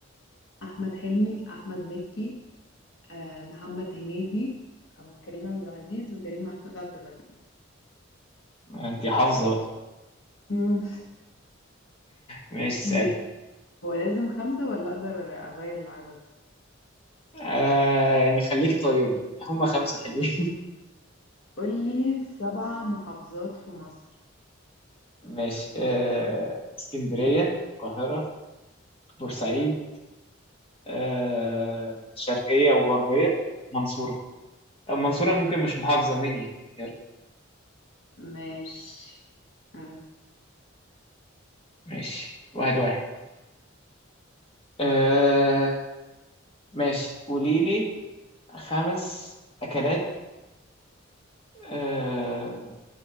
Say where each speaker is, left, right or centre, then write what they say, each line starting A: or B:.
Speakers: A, on the left; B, on the left.
A: احمد حلمي احمد مكي آه محمد هنيدي أما كريم عبد العزيز وكريم محمود عبد العزيز
B: انت حافظه بقى
A: مم.
B: ماشي اسال
A: ماشي هو لازم خمسة ولا اقدر اغير العدد
B: آه يعني خليكي طيبة هما خمسة حلوين
A: قولي سبع محافظات في مصر
B: <laughs> ماشي آه اسكندرية القاهرة بورسعيد آه شرقية وغربية منصورة المنصورة
A: ما-
B: ممكن مش محافظة مني يلا
A: ماشي آه
B: ماشي واحد واحد آه ماشي قولي لي خمس أكلات آه